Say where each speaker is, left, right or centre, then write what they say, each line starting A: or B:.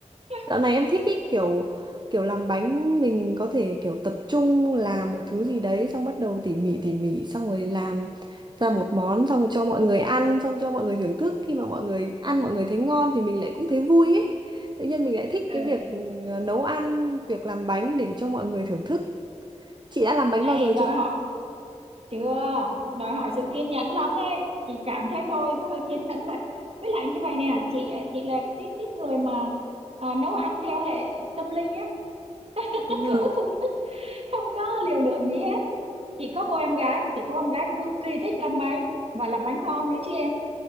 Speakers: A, on the right; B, on the right.
A: <laughs>
B: Dạo này em thích cái kiểu kiểu làm bánh mình có thể kiểu tập trung làm một thứ gì đấy xong bắt đầu tỉ mỉ tỉ mỉ xong rồi làm ra một món xong cho mọi người ăn xong cho mọi người thưởng thức khi mà mọi người ăn mọi người thấy ngon thì mình lại cũng thấy vui ấy. Tự nhiên mình lại thích
A: ừ
B: cái việc ừ, nấu ăn, việc làm bánh để cho mọi người thưởng thức. Chị đã làm bánh
A: này
B: bao giờ
A: đòi
B: chưa?
A: hỏi chưa đòi hỏi sự kiên nhẫn lắm ấy chị cảm thấy thôi thôi kiên nhẫn vậy với lại như vậy nè chị ạ, chị là tiếp tiếp người mà à, nấu ăn theo hệ tâm linh á <laughs>
B: Ừ.
A: không có công thức không có liều lượng gì hết chị có cô em gái chị có em gái cực kỳ thích làm bánh và làm bánh ngon nữa chứ em